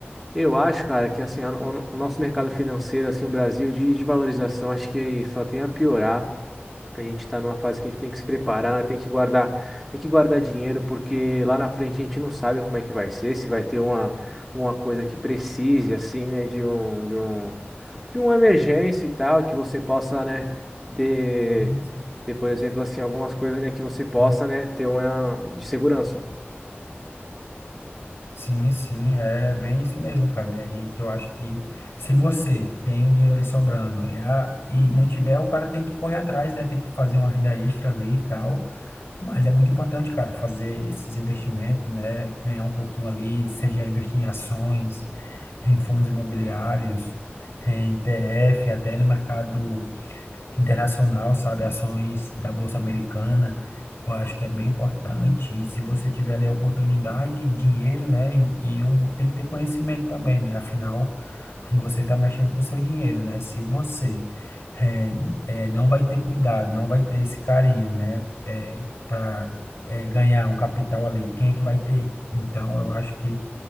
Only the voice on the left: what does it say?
sim, sim,
sim.
Sim, sim, é bem isso mesmo, cara. E a gente, eu acho que se você tem um dinheiro ali sobrando e, a, e não tiver, o cara tem que correr atrás, né? Tem que fazer uma renda extra ali e tal. Mas é muito importante, cara, fazer esses investimentos, né? Ganhar um pouquinho ali, seja investir em ações, em fundos imobiliários, em ETF, até no mercado internacional, sabe? Ações da Bolsa Americana, eu acho que é bem importante. E se você tiver ali a oportunidade, dinheiro, né? E, e um, tem que ter conhecimento também, né? Afinal, <laughs> você está mexendo com o seu dinheiro, né? Se você eh, eh, não vai ter cuidado, não vai ter esse carinho, né? para ganhar um capital ali, quem é que vai ter? Então, eu acho que